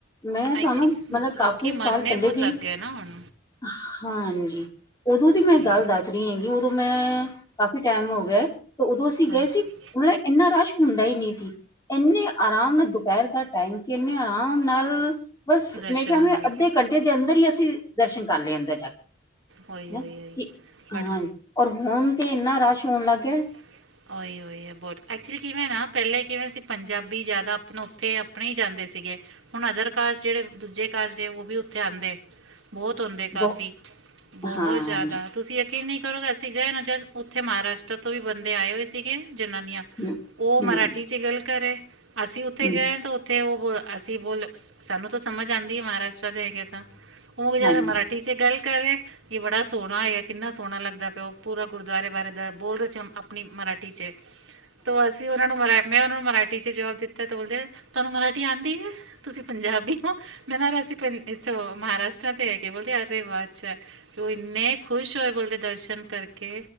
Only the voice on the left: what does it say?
ਮੈਂ
ਤਆਨੂੰ ਮਤਲਬ ਕਾਫੀ
ਸਾਲ ਪੈਲੇ
ਦੀ
ਹਾਂਜੀ, ਓਦੋਂ ਦੀ ਮੈਂ
ਗੱਲ
ਦੱਸ ਰਈ ਹੈਗੀ ਓਦੋਂ ਮੈਂ ਕਾਫ਼ੀ ਟੈਮ ਹੋ ਗੇਆ ਤੇ ਓਦੋਂ ਅਸੀਂ
ਗਏ ਸੀ। ਮਤਲਬ ਏਨਾ ਰਸ਼ ਹੁੰਦਾ ਈ ਨੀ ਸੀ। ਏਨੇ ਆਰਾਮ ਨਾਲ ਦੁਪੈਰ ਦਾ ਟਾਈਮ ਸੀ ਏਨੇ ਆਰਾਮ ਨਾਲ ਬਸ
ਮੈਂ ਕਿਆ
ਅੱਧੇ
ਘੰਟੇ ਦੇ ਅੰਦਰ ਈ ਅਸੀਂ ਦਰਸ਼ਨ ਕਰ ਲਏ ਅੰਦਰ ਜਾ ਕੇ।
ਕੀ
ਹਾਂ ਔਰ ਹੁਨ ਤੇ ਏਨਾ ਰਸ਼ ਹੋਨ ਲਾਗੇਆ
ਬਹੁ
ਹਾਂਜੀ
ਹੂੰ
ਹੂੰ
ਹੂੰ
ਹਾਂਜੀ।